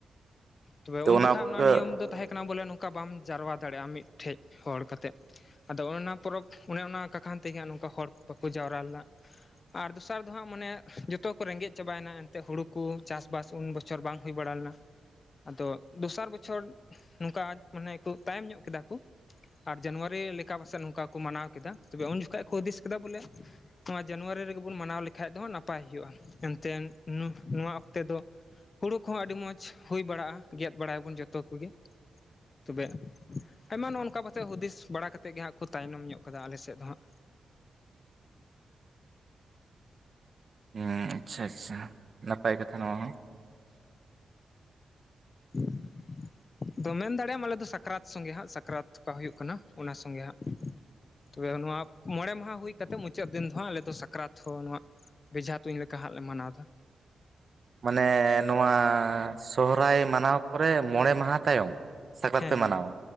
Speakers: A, on the left (about 50°); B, on the right (about 50°).
A: ᱛᱚᱵᱮ
B: ᱛᱚ
A: ᱩᱱ ᱡᱚᱠᱷᱚᱱ
B: ᱚᱠᱛᱚ
A: ᱚᱱᱟ ᱱᱤᱭᱚᱢ ᱫᱚ ᱛᱟᱦᱮᱸ ᱠᱟᱱᱟ ᱵᱚᱞᱮ ᱱᱚᱝᱠᱟ ᱵᱟᱢ ᱡᱟᱨᱣᱟ ᱫᱟᱲᱮᱭᱟᱜᱼᱟ ᱢᱤᱫᱴᱷᱮᱡ ᱦᱚᱲ ᱠᱟᱛᱮᱫ ᱟᱫᱚ ᱚᱱᱮ ᱚᱱᱟ ᱯᱚᱨᱚᱵᱽ ᱚᱱᱮ ᱚᱱᱟ ᱠᱟᱠᱷᱟᱱ ᱛᱮᱜᱮ ᱱᱚᱝᱠᱟ ᱦᱚᱲ ᱵᱟᱠᱚ ᱡᱟᱣᱨᱟ ᱞᱮᱱᱟ ᱟᱨ ᱫᱚᱥᱟᱨ ᱫᱚ ᱦᱟᱸᱜ ᱢᱟᱱᱮ ᱡᱚᱛᱚ ᱠᱚ ᱨᱮᱸᱜᱮᱡ ᱪᱟᱵᱟᱭᱮᱱᱟ ᱮᱱᱛᱮ ᱦᱩᱲᱩ ᱠᱚ ᱪᱟᱥ-ᱵᱟᱥ ᱩᱱ ᱵᱚᱪᱷᱚᱨ ᱵᱟᱝ ᱦᱩᱭ ᱵᱟᱲᱟ ᱞᱮᱱᱟ ᱟᱫᱚ ᱫᱚᱥᱟᱨ ᱵᱚᱪᱷᱚᱨ ᱱᱚᱝᱠᱟ ᱢᱟᱱᱮ ᱠᱚ ᱛᱟᱭᱚᱢ ᱧᱚᱜ ᱠᱮᱫᱟ ᱠᱚ ᱟᱨ ᱡᱟᱱᱩᱣᱟᱨᱤ ᱞᱮᱠᱟ ᱯᱟᱥᱮᱡ ᱱᱚᱝᱠᱟ ᱠᱚ ᱢᱟᱱᱟᱣ ᱠᱮᱫᱟ ᱛᱚᱵᱮ ᱩᱱ ᱡᱚᱠᱷᱟᱡ ᱠᱚ ᱦᱩᱫᱤᱥ ᱠᱮᱫᱟ ᱵᱚᱞᱮ ᱱᱚᱣᱟ ᱡᱟᱱᱩᱣᱟᱨᱤ ᱨᱮᱜᱮ ᱵᱚᱱ ᱢᱟᱱᱟᱣ ᱞᱮᱠᱷᱟᱱ ᱫᱚ ᱱᱟᱯᱟᱭ ᱦᱩᱭᱩᱜᱼᱟ ᱮᱱᱛᱮᱫ ᱱᱚᱣᱟ ᱚᱠᱛᱮ ᱫᱚ ᱦᱩᱲᱩ ᱠᱚᱦᱚᱸ ᱟᱹᱰᱤ ᱢᱚᱸᱡᱽ ᱦᱩᱭ ᱵᱟᱲᱟᱜᱼᱟ ᱜᱮᱫ ᱵᱟᱲᱟᱭᱟᱵᱚᱱ ᱡᱚᱛᱚ ᱠᱚᱜᱮ ᱛᱚᱵᱮ ᱟᱭᱢᱟ ᱱᱚᱜ ᱱᱚᱝᱠᱟ ᱯᱟᱥᱮᱫ ᱦᱩᱫᱤᱥ ᱵᱟᱲᱟ ᱠᱟᱛᱮᱫ ᱜᱮ ᱦᱟᱸᱜ ᱠᱚ ᱛᱟᱭᱱᱚᱢ ᱧᱚᱜ ᱠᱟᱫᱟᱜ-ᱟ ᱟᱞᱮ ᱥᱮᱫ ᱫᱚ ᱦᱟᱸᱜ
B: ᱦᱮᱸ ᱟᱪᱪᱷᱟ ᱟᱪᱪᱷᱟ ᱱᱟᱯᱟᱭ ᱠᱟᱛᱷᱟ ᱱᱚᱣᱟ ᱦᱚᱸ
A: <unintelligible> ᱛᱚ ᱢᱮᱱ ᱫᱟᱲᱮᱭᱟᱢ ᱟᱞᱮ ᱫᱚ ᱥᱟᱠᱨᱟᱛ ᱥᱚᱸᱜᱮ ᱦᱟᱸᱜ ᱥᱟᱠᱨᱟᱛ ᱚᱠᱟ ᱦᱩᱭᱩᱜ ᱠᱟᱱᱟ ᱚᱱᱟ ᱥᱚᱸᱜᱮ ᱦᱟᱸᱜ ᱛᱚᱵᱮ ᱱᱚᱣᱟ ᱢᱚᱬᱮ ᱢᱟᱦᱟ ᱦᱩᱭ ᱠᱟᱛᱮᱜ ᱢᱩᱪᱟᱹᱫ ᱫᱤᱱ ᱫᱚ ᱟᱞᱮ ᱫᱚ ᱥᱟᱠᱨᱟᱛ ᱦᱚᱸ ᱱᱚᱣᱟ ᱵᱮᱡᱷᱟ ᱛᱩᱧ ᱞᱮᱠᱟ ᱦᱟᱸᱜ ᱞᱮ ᱢᱟᱱᱟᱣᱫᱟ
B: ᱢᱟᱱᱮ ᱱᱚᱣᱟ ᱥᱚᱦᱨᱟᱭ ᱢᱟᱱᱟᱣ ᱯᱚᱨᱮ ᱢᱚᱬᱮ ᱢᱟᱦᱟ ᱛᱟᱭᱚᱢ ᱥᱟᱠᱨᱟᱛ
A: ᱦᱮᱸ
B: ᱯᱮ
A: ᱦᱮᱸᱮ
B: ᱢᱟᱱᱟᱣᱟ